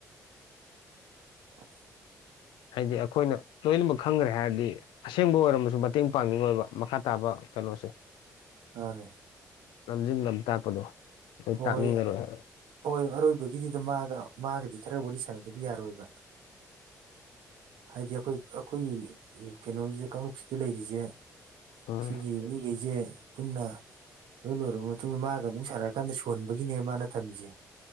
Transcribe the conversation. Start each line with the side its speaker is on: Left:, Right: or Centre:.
Right: <inaudible>
Left: ꯍꯥꯏꯗꯤ ꯑꯩꯈꯣꯏꯅ ꯂꯣꯏꯅꯃꯛ ꯈꯪꯒ꯭ꯔꯦ ꯍꯥꯏꯔꯗꯤ ꯑꯁꯦꯡꯕ ꯑꯣꯏꯔꯝꯃꯁꯨ ꯃꯇꯦꯡ ꯄꯥꯡꯅꯤꯡꯉꯣꯏꯕ ꯃꯈꯥ ꯇꯥꯕ꯫ ꯀꯩꯅꯣꯁꯦ
Right: ꯃꯥꯅꯦ
Left: ꯂꯝꯖꯤꯡ ꯂꯝ ꯇꯥꯛꯄꯗꯣ ꯑꯗꯣ
Right: ꯍꯣꯏ
Left: ꯇꯥꯛꯅꯤꯡꯉꯔꯣꯏ꯫
Right: ꯍꯣꯏ ꯑꯔꯣꯏꯕꯒꯤꯗꯨꯗ ꯃꯥꯒ ꯃꯥꯒꯗꯤ ꯈꯔ ꯋꯥꯔꯤ ꯁꯥꯟꯅꯗꯕ ꯌꯥꯔꯣꯏꯕ꯫ ꯍꯥꯏꯗꯤ ꯑꯩꯈꯣꯏ ꯑꯩꯈꯣꯏꯒꯤ ꯀꯩꯅꯣꯖꯤ ꯀꯥꯡꯂꯨꯞꯁꯤꯗ ꯂꯩꯔꯤꯖꯦ꯫
Left: ꯎꯝ
Right: ꯁꯤꯒꯤ ꯃꯤꯒꯩꯖꯦ ꯄꯨꯟꯅ ꯂꯣꯏ ꯂꯣꯏꯔꯕ ꯃꯇꯨꯡꯗ ꯃꯥꯒ ꯑꯃꯨꯛ ꯁꯥꯟꯅ꯫ ꯀꯝꯗ ꯁꯣꯟꯕꯒꯤꯅꯦ ꯃꯥꯅ ꯊꯝꯃꯤꯁꯦ꯫